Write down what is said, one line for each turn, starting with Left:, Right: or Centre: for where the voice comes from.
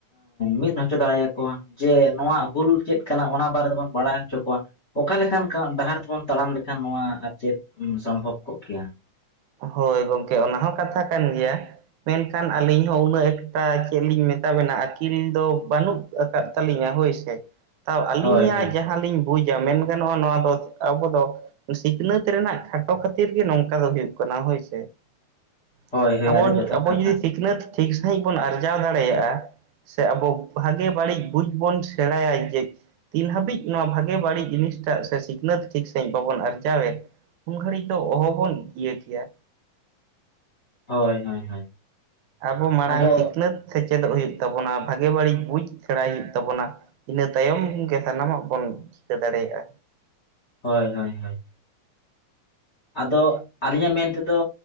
Left: ᱢᱤᱫ ᱦᱚᱪᱚ ᱫᱟᱲᱮᱭᱟ ᱠᱚᱣᱟ ᱡᱮ ᱱᱚᱣᱟ ᱦᱩᱞ ᱪᱮᱫ ᱠᱟᱱᱟ ᱚᱱᱟ ᱵᱟᱨᱮ ᱛᱮᱵᱚᱱ ᱵᱟᱲᱟᱭ ᱦᱚᱪᱚ ᱠᱚᱣᱟ ᱚᱠᱟ ᱞᱮᱠᱟᱱ ᱰᱟᱦᱟᱨ ᱛᱮᱵᱚᱱ ᱛᱟᱲᱟᱢ ᱞᱮᱠᱷᱟᱱ ᱱᱚᱣᱟ ᱟᱨ ᱪᱮᱫ ᱥᱚᱢᱵᱷᱚᱵ ᱠᱚᱜ ᱠᱮᱭᱟ
Right: ᱦᱳᱭ ᱜᱚᱝᱠᱮ ᱚᱱᱟ ᱦᱚᱸ ᱠᱟᱛᱷᱟ ᱠᱟᱱ ᱜᱮᱭᱟ ᱢᱮᱱᱠᱷᱟᱱ ᱟᱹᱞᱤᱧ ᱦᱚᱸ ᱩᱱᱟᱹᱜ ᱮᱠᱴᱟ ᱪᱮᱫ ᱞᱤᱧ ᱢᱮᱛᱟ ᱵᱮᱱᱟ ᱟᱹᱠᱤᱞ ᱫᱚ ᱵᱟᱹᱱᱩᱜ ᱟᱠᱟᱫ ᱛᱟᱹᱞᱤᱧᱟ ᱦᱳᱭᱥᱮ ᱛᱟᱣ ᱟᱹᱞᱤᱧᱟᱜ
Left: ᱦᱳᱭ ᱦᱳᱭ
Right: ᱡᱟᱦᱟᱸᱞᱤᱧ ᱵᱩᱡᱟ ᱢᱮᱱ ᱜᱟᱱᱚᱜᱼᱟ ᱱᱚᱣᱟ ᱫᱚ ᱟᱵᱚ ᱫᱚ ᱥᱤᱠᱷᱱᱟᱹᱛ ᱨᱮᱱᱟᱜ ᱠᱷᱟᱴᱚ ᱠᱷᱟᱹᱛᱤᱨ ᱜᱮ ᱱᱚᱝᱠᱟ ᱫᱚ ᱦᱩᱭᱩᱜ ᱾ ᱠᱟᱱᱟ ᱦᱳᱭ ᱥᱮ ᱾
Left: ᱦᱳᱭ ᱦᱳᱭ
Right: ᱟᱵᱚ
Left: ᱟᱹᱰᱤ ᱡᱚᱛᱷᱟᱛ
Right: ᱟᱵᱚ
Left: ᱠᱟᱛᱷᱟ
Right: ᱡᱩᱫᱤ ᱥᱤᱠᱷᱱᱟᱹᱛ ᱴᱷᱤᱠ ᱥᱟᱺᱦᱤᱡ ᱵᱚᱱ ᱟᱨᱡᱟᱣ ᱫᱟᱲᱮᱭᱟᱜᱼᱟ, ᱥᱮ ᱟᱵᱚ ᱵᱷᱟᱜᱮ ᱵᱟᱹᱲᱤᱡ ᱵᱩᱡᱽ ᱵᱚᱱ ᱥᱮᱬᱟᱭᱟ ᱡᱮ ᱛᱤᱱ ᱦᱟᱹᱵᱤᱡ ᱱᱚᱣᱟ ᱵᱷᱟᱜᱮ ᱵᱟᱹᱲᱤᱡ ᱡᱤᱱᱤᱥᱴᱟᱜ ᱥᱮ ᱥᱤᱠᱷᱱᱟᱹᱛ ᱴᱷᱤᱠ ᱥᱟᱺᱦᱤᱡ ᱵᱟᱵᱚᱱ ᱟᱨᱡᱟᱣᱮᱫ ᱩᱱ ᱜᱷᱟᱹᱲᱤᱡ ᱫᱚ ᱚᱦᱚ ᱵᱚᱱ ᱤᱭᱟᱹ ᱠᱮᱭᱟ
Left: ᱦᱳᱭ ᱦᱳᱭ ᱦᱳᱭ
Right: ᱟᱵᱚ ᱢᱟᱲᱟᱝ
Left: ᱟᱫᱚ
Right: ᱥᱤᱠᱷᱱᱟᱹᱛ ᱥᱮᱪᱮᱫᱚᱜ ᱦᱩᱭᱩᱜ ᱛᱟᱵᱚᱱᱟ ᱵᱷᱟᱜᱮ ᱵᱟᱹᱲᱤᱡ ᱵᱩᱡᱽ ᱥᱮᱬᱟᱭ ᱦᱩᱭᱩᱜ ᱛᱟᱵᱚᱱᱟ ᱤᱱᱟᱹ ᱛᱟᱭᱚᱢ ᱜᱮ ᱥᱟᱱᱟᱢᱟᱜ ᱵᱚᱱ ᱴᱷᱤᱠᱟᱹ ᱫᱟᱲᱮᱭᱟᱜ-ᱟ
Left: ᱦᱳᱭ ᱦᱳᱭ ᱦᱳᱭ ᱟᱫᱚ ᱟᱹᱞᱤᱧᱟᱜ ᱢᱮᱱᱛᱮᱫᱚ